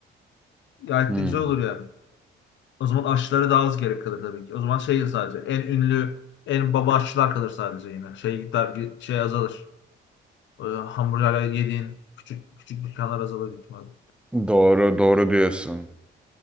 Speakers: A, on the left; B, in the centre.
A: Gayet
B: Hmm.
A: de güzel olur yani. O zaman aşçılara daha az gerek kalır tabii ki. O zaman şey sadece en ünlü, en baba aşçılar kalır sadece yine. Şey gider şey azalır. O hamburgerler yediğin küçük küçük dükkanlar azalır büyük ihtimalle.
B: Doğru doğru diyorsun.